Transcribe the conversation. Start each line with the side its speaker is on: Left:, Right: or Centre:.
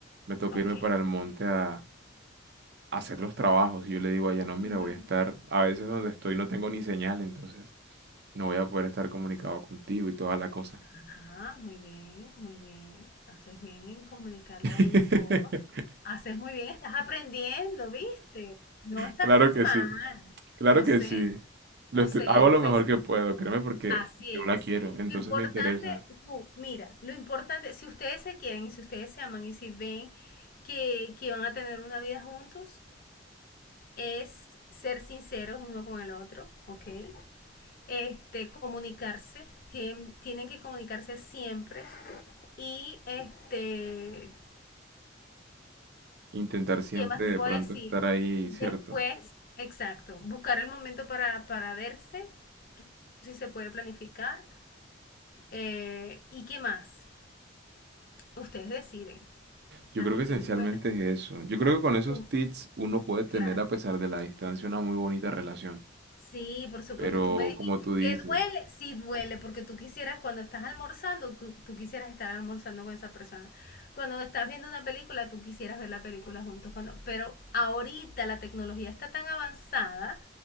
Right: Me toca
Left: Ok.
Right: irme para el monte a hacer los trabajos. Y yo le digo a ella, no, mira,
Left: ujú.
Right: voy a estar, a veces donde estoy no tengo ni señal, entonces no voy a poder estar comunicado contigo y toda la cosa.
Left: Ajá, muy bien, muy bien. Haces bien en comunicarle
Right: <laughs>
Left: a ella todo. Haces muy bien, estás aprendiendo, ¿viste? No estás
Right: Claro
Left: tan
Right: que
Left: mal.
Right: sí, claro
Left: O
Right: que
Left: sea,
Right: sí. Lo
Left: o
Right: estu-
Left: sea,
Right: hago
Left: entonces,
Right: lo mejor que puedo, créeme, porque
Left: así
Right: yo
Left: es.
Right: la quiero, entonces
Left: Lo importante,
Right: me interesa
Left: tú, mira, lo importante, si ustedes se quieren, si ustedes se aman y si ven que, que van a tener una vida juntos, es ser sinceros uno con el otro, ¿ok? Este, comunicarse, tien- tienen que comunicarse siempre y este,
Right: intentar siempre
Left: ¿Qué más te
Right: de
Left: puedo
Right: pronto
Left: decir?
Right: estar ahí,
Left: Después,
Right: ¿cierto?
Left: exacto, buscar el momento para, para verse, si se puede planificar. eh, ¿y qué más? Ustedes deciden,
Right: Yo
Left: al
Right: creo que
Left: fin
Right: esencialmente
Left: de cuentas,
Right: es eso. Yo creo que con esos
Left: tú,
Right: tips uno puede tener,
Left: claro.
Right: a pesar de la distancia, una muy bonita relación.
Left: Sí, por supuesto.
Right: Pero
Left: Tú me dijiste
Right: como tú dices,
Left: que duele, sí duele, porque tú quisieras, cuando estás almorzando, tú, tú quisieras estar almorzando con esa persona. Cuando estás viendo una película, tú quisieras ver la película juntos. Cuando, pero ahorita la tecnología está tan avanzada